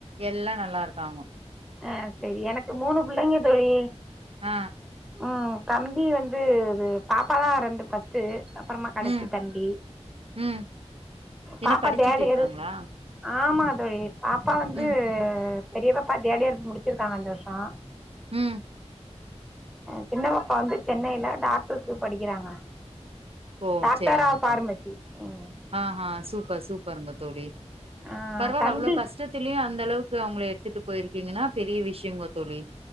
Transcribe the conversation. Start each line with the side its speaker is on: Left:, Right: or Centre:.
Right: எல்லா நல்லா இருக்கோங்க
Centre: ஆ செரி எனக்கு மூணு பிள்ளைங்க தோழி
Right: ஆ
Centre: ம் தம்பி வந்து இது பாப்பா தா ரெண்டு ஃபர்ஸ்ட்டு அப்றமா கடைசி
Right: ம்
Centre: தம்பி
Right: ம் என்ன
Centre: பாப்பா
Right: படிச்சிட்டு
Centre: தர்டு
Right: இருக்காங்களா
Centre: இயரு ஆமாங்க தோழி பாப்பா வந்து
Right: ம்
Centre: பெரியவ பா தேடியர் முடிச்சிருக்காங்க இந்த வருஷோ
Right: ம்
Centre: சின்னப்பப்பா வந்து சென்னையில டாக்டருக்கு படிக்கிறாங்க
Right: ஓ
Centre: டாக்டர்
Right: செரிங்க
Centre: ஆஃப் ஃபார்மசி
Right: தோழி
Centre: ம்
Right: ஆ சூப்பர் சூப்பருங்க தோழி
Centre: ஆ
Right: பரவால்ல
Centre: தம்பி
Right: அவ்ளோ கஷ் கஷ்டத்திலயு அந்த அளவுக்கு அவுங்களை எடுத்துட்டு போயிருக்கீங்ன்னா பெரிய விஷியோங்க தோழி